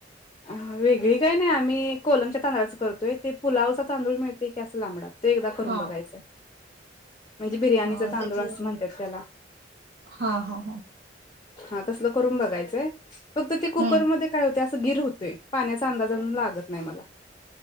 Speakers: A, on the left; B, on the right.
A: अ वेगळी काही नाही आम्ही कोलमच्या तांदळाच करतोय ते पुलावचा तांदूळ मिळतेय की असं लांबडा. ते एकदा करून
B: हा.
A: बघायचय म्हणजे बिर्याणीचा
B: हा
A: तांदूळ
B: त्याची
A: असं म्हणत्यात तेला.
B: हा हा हा
A: हा तसलं करून बघायचंय. फक्त ते
B: हम्म.
A: असं गिर होतय. पाण्याचा अंदाज अजून लागत नाही मला.